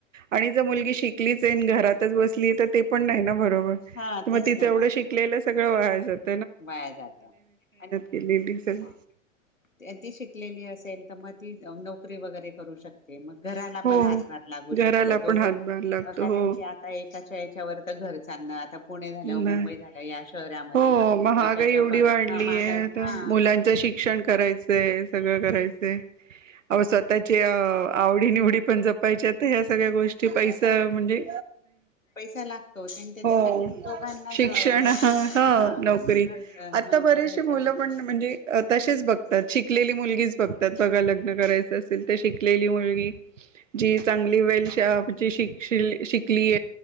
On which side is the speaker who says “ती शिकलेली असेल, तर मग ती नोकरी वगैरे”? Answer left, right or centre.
Left